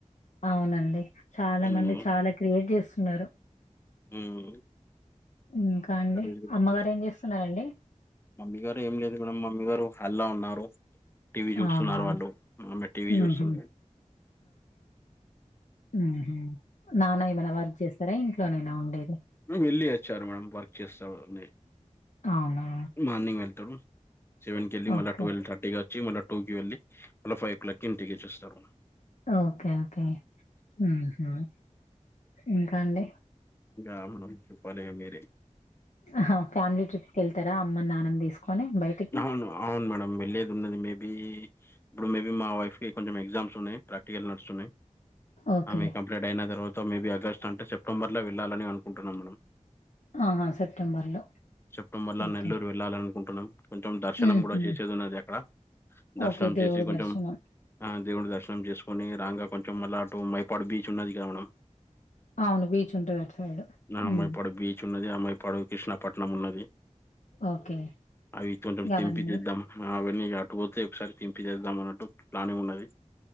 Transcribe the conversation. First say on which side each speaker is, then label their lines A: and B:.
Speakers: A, on the left (about 70°); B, on the left (about 20°).
A: అవునండి చాలా మంది
B: మ్మ్
A: చాలా క్రియేటివ్ స్ ఉన్నారు
B: మ్మ్
A: ఇంకా అండి
B: స్టడీస్ గురించి
A: అమ్మగారు
B: చూస్తున్నారు
A: ఏం చేస్తున్నారండి
B: మమ్మీ గారు ఏం లేదు మేడమ్ మమ్మీ గారు హల్లా ఉన్నారు టీవీ చూస్తున్నారు
A: అవునా
B: వాళ్ళు మమ్మీ టీవీ చూస్తుంది
A: ఊహూ మ్ హుమ్ నాన్న ఏమైనా వర్క్ చేస్తారా ఇంట్లోనేనా ఉండేది
B: వెళ్ళి వచ్చారు మేడం వర్క్ చేస్తాంఅని
A: అనా
B: మార్నింగ్ వెల్తడు సెవెన్కి ఎల్లి
A: ఓకే.
B: మళ్ల ట్వెల్వ్ థర్టీగా వచ్ టుకి వెళ్లి మళ్ల ఫైవ్ ఓ క్లాక్ కి ఇంటికి వచ్చస్తారు
A: ఓకే ఓకే ఉమ్ ఇంకా అండి
B: గా మనం చెప్పాలిగా మీరే
A: అహ ఫ్యామిలీ ట్రిప్కి వెళ్తారా అమ్మ నాన్నని తీసుకొని బయటికి
B: అవును అవును మేడమ్ వెళ్ళేది ఉన్నది మేబీ ఇప్పుడు మేబీ మా వైఫ్ కి కొంచం ఎగ్జామ్స్ ఉన్నయ్ ప్రాక్టికల్ నడసున్నయ్
A: ఓకే.
B: ఆమె కంప్లీట్ అయిన తర్వాత మేబీ ఆగస్ట్ అంటే సెప్టెంబర్లో వెళ్ళాలని అనుకుంటున్నాం మనం
A: ఆహా! సెప్టెంబర్‌లో.
B: సెప్టెంబర్లో
A: ఓకే.
B: నెల్లూరు వెళ్ళాల అనుకుంటున్నాం కొంచెం దర్శనం
A: హుహు.
B: కూడా చేసేది ఉన్నది అక్కడ దర్శనం
A: ఓకే. దేవుడి
B: చేసి కొంచెం
A: దర్శనం.
B: ఆ దేవుడి దర్శనం చేసుకొని రాంగా కొంచెం మళ్లా అటు మైపాడు బీచ్ ఉన్నది కదా మనం
A: అవును బీచ్ ఉంటది అటు సైడు
B: ఆ
A: ఉ
B: మైపాడు బీచ్ ఉన్నది అమ్మయిపడు కృష్ణాపట్నం ఉన్నది
A: ఓకే.
B: అవి కొంచం
A: అవన్నీ
B: తెంపితీద్దాం ఆ అవన్నీ అటుపోతే ఒకసారి దింపి చేేద్దామన్నట్టు ప్లానింగ్ ఉన్నది